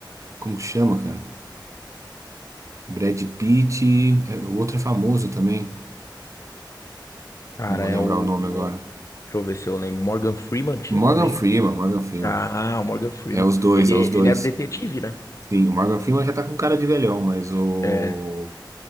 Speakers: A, on the right; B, on the left.
A: Como que chama, cara? Brad Pitt. é, o outro é famoso também.
B: Cara,
A: Não vou
B: é
A: lembrar
B: o.
A: o nome
B: o-
A: agora.
B: Deixa eu ver se eu lembro. Morgan Freeman tinha
A: Morgan
B: também.
A: Freeman, Morgan Freeman.
B: Ah, o Morgan Freeman.
A: É os dois,
B: Ele,
A: é
B: ele
A: os dois.
B: era o detetive, né?
A: Sim, o Morgan Freeman já tá com cara de velhão, mas o,
B: É.